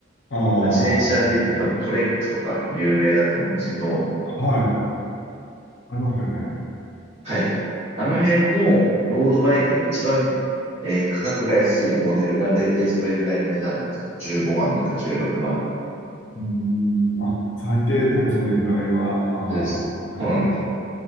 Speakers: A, on the left; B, on the right.
A: ああ、
B: まあ自転車で言うと多分トレックとか有名だと思うんですけど、
A: はい。ありますよね。
B: はい。あの辺のロードバイクの一番、えー価格が安いモデルがだいたいそれぐらいの値段なんですよ。15万とか16万とか。
A: うーん、あ、最低でもそれぐらいは、
B: です。
A: ああ、はい。
B: そうなんです。